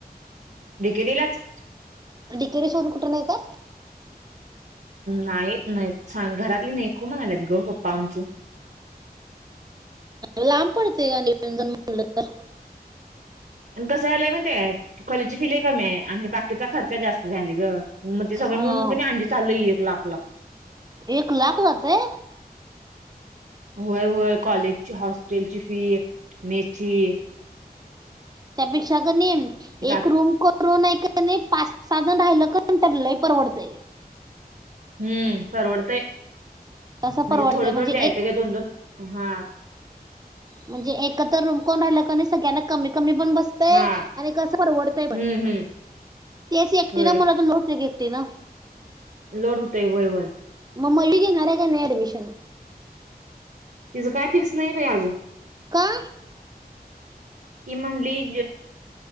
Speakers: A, on the right; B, on the right.
A: दिकरिलाच.
B: दिकेरी सोबत कुठं नेत हाय?
A: नाही, नाही घरातली नको म्हणालात ग पप्पा आमचं.
B: लांब पडते का नाय येऊन, जाऊन म्हणलं तर.
A: आणि कसं झालंय माहिती आहेते कॅलेजची फि लय कमी आहे आणि हे बाकीचा खर्च जास्त झाला ग. मग ते
B: अं,
A: सगळं मिळून अंजी चाललंय एक लाखला.
B: एक लाख जातय?
A: होय, होय कॉलेजची, हॉस्टेलची फी, मेस ची
B: त्यापेक्षा का नाय
A: जात
B: एक रूम करु करु का नाय पाच, सहा जण राहिलं का नंतर लय परवडतय.
A: हम्म परवडतंय
B: तसं
A: म्हणजे
B: परवडतंय
A: थोडं थोडं द्याय
B: एक
A: येतंय ग दोन दोन हा
B: म्हणजे एकत्र रूम कोण राहिलं का नाही सगळ्यांना कमी कमी पण बसतय
A: हा
B: आणि कसं परवडतंय पण.
A: हम्म हम्म
B: तेच एकटीला
A: होय
B: मला तर लोड होतोय ग एकटीन.
A: लोड होतय वय वय
B: मग मली घेणारय का नाही अऍडमिशन?
A: तिज काय फिक्स नाही बाई अजून.
B: का?
A: ती म्हणली